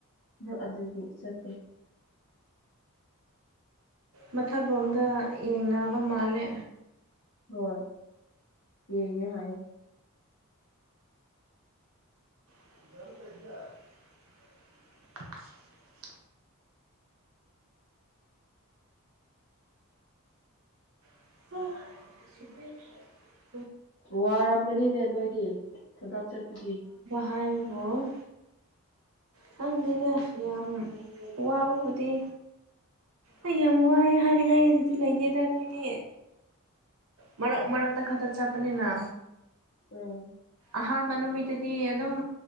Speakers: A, on the left; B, on the right.
A: ꯍꯣꯏ ꯑꯗꯨꯒꯤ ꯆꯠꯇꯦ
B: ꯃꯊꯛ ꯔꯣꯝꯗ ꯌꯦꯡꯅꯕ ꯃꯥꯜꯂꯦ
A: ꯍꯣꯏ ꯌꯦꯡꯉꯦ ꯍꯥꯏꯌꯦ
B: <inaudible> <unintelligible>
A: ꯋꯥꯔꯝꯒꯅꯤꯅꯦ ꯅꯣꯏꯗꯤ ꯊꯕꯛ ꯆꯠꯄꯒꯤ
B: ꯍꯥꯏꯕ꯭ꯔꯣ ꯈꯪꯗꯦꯗ ꯌꯥꯝ ꯋꯥꯕꯕꯨꯗꯤ ꯑꯩ ꯌꯥꯝ ꯋꯥꯥꯏ ꯍꯥꯏꯅꯤꯡꯉꯥꯏꯗꯤ ꯂꯩꯇꯦꯗ ꯑꯩꯈꯣꯏꯗꯤ ꯃꯔꯛ ꯃꯔꯛꯇ ꯈꯠꯇ ꯆꯠꯄꯅꯤꯅ
A: ꯎꯝ
B: ꯑꯍꯥꯟꯕ ꯅꯨꯃꯤꯠꯇꯗꯤ ꯑꯗꯨꯝ